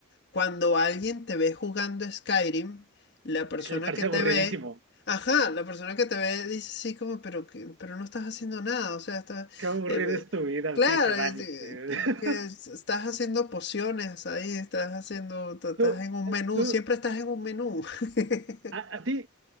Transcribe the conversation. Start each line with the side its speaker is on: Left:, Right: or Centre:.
Left: cuando alguien te ve jugando Skyrim, la persona
Right: le parece
Left: que te
Right: aburridísimo.
Left: ve, ajá, la persona que te ve dice sí como, pero, que- pero no estás haciendo nada, o sea, estás,
Right: Qué aburrida
Left: eh,
Right: es tu vida,
Left: claro,
Right: te dice Vanis.
Left: es, eh,
Right: <laughs>
Left: que, que es- estás haciendo pociones ahí, estás haciendo, t- estás
Right: Tú,
Left: en un menú,
Right: tú,
Left: siempre estás en un menú. <laughs>
Right: a, a ti,